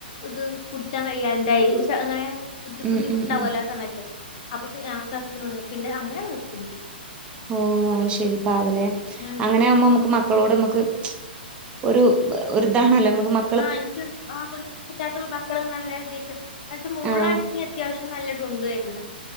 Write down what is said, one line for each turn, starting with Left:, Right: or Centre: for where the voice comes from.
Left: ഇത് കുടിയ്ക്കാൻ കഴിയാണ്ടായി സ് ങ്ങനെ ബുദ്ധി
Right: ഉം
Left: ബുദ്ധിമുട്ടുണ്ടാവല്ലോ
Right: ഉം ഉം
Left: ആ സമയത്ത് അപ്പൊ പി ആ <unintelligible> അങ്ങനെയാണ് നിർത്തത്
Right: ഓ അയ് ശരി പാവലെ
Left: മ്മ്
Right: അങ്ങനെയാകുമ്പോ മ്മക്ക് മക്കളോട് മക്ക് ഒരുഒര്താണല്ലോ മക്ക്
Left: ആഹ എനിക്ക് ആ കുിക്കറ്റാത്ത പക്കള നല്ലക്ക് <unintelligible> എന്നച്ച മോളാണെങ്കി
Right: ആ
Left: അത്യാവശ്യം നല്ല ഡുണ്ടു എര്ന്ന്.